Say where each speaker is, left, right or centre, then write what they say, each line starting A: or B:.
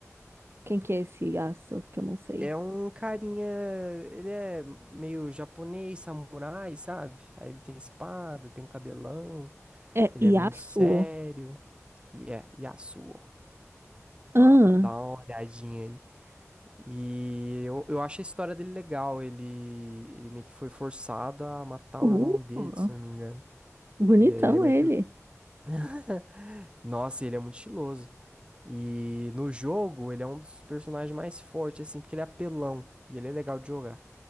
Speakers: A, on the right; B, on the right.
A: Quem que é esse Yasuo? Que eu não sei.
B: É um carinha, ele é meio japonês, samurai, sabe? Aí ele tem espada, tem um cabelão,
A: É
B: ele
A: Yasuo.
B: é muito sério. E é Yasuo.
A: Ah,
B: Ó, Dá uma olhadinha aí. E eu, eu acho a história dele legal. Ele, ele meio que foi forçado a matar
A: uh,
B: o irmão dele, se eu não me engano.
A: bonitão
B: E aí ele é meio
A: ele.
B: que o <laughs> nossa, ele é muito estiloso. E no jogo, ele é um dos personagens mais fortes, assim, porque ele é apelão e ele é legal de jogar.